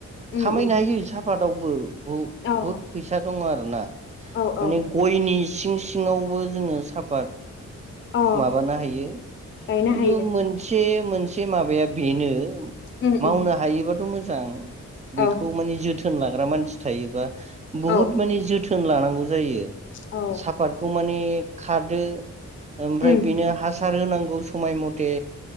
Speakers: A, on the left; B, on the right.
A: उम
B: खामायनो
A: उम
B: हायो साफादावबो बुहुद
A: औ
B: फैसा दं आरो। ना।
A: औ औ
B: माने
A: औ
B: गयनि सिं सिंङावबो। जोङो साफाद
A: अ
B: माबानो हायो खिन्थु
A: गायनो हायो
B: मोनसे मोनसे माबाया बेनो
A: उम
B: मावनो
A: उम
B: हायोबाथ मोजां। मोजां। बेखौ
A: औ
B: माने जोथोन लाखिनो। थाग्रा मानसि थायोबा। बुहुत
A: औ
B: माने जोथोन लानांगौ। जायो।
A: औ
B: सापादखौ माने खादो। ओमफ्राय
A: उम
B: बिनो हासार होनांगौ। समाय मथे।